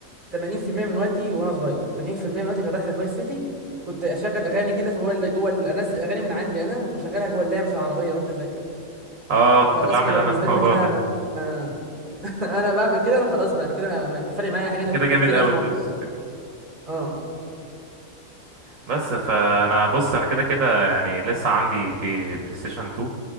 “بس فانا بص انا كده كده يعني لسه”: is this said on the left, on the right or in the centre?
Right